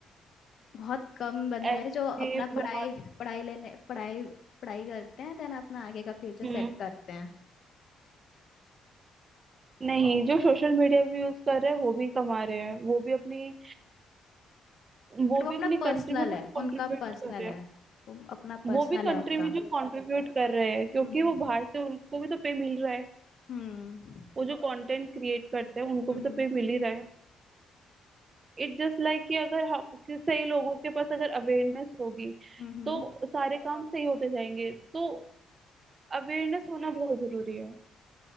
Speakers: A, on the left; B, on the right.
A: बहुत कम बंदे
B: ऐसे
A: हैं जो अपना
B: बहुत
A: पढ़ाई पढ़ाई लेने पढ़ाई पढ़ाई करते हैं देन अपना आगे का फ्यूचर
B: हम्म
A: सेट करते हैं
B: नहीं जो सोशल मीडिया भी यूज कर रहे हैं वो भी कमा रहे हैं वो भी अपनी वो
A: बट वो
B: भी
A: अपना
B: अपनी
A: पर्सनल
B: कंट्री में कुछ
A: है
B: कंट्रीब्यूट
A: उनका पर्सनल
B: कर रहे
A: है
B: हैं
A: वो अपना
B: वो
A: पर्सनल
B: भी कंट्री
A: है उनका
B: में जो कंट्रीब्यूट कर रहे हैं क्योंकि
A: हम्म
B: वो बाहर से उनको भी तो पे मिल रहा है
A: हम्म
B: वो जो कंटेंट क्रिएट करते हैं उनको
A: हम्म
B: भी तो पे मिल ही रहा है इट जस्ट लाइक कि अगर हम कि सही लोगों के पास अगर अवेयरनेस होगी
A: हम्म
B: तो सारे काम सही होते जाएंगे तो अवेयरनेस होना बहुत जरूरी है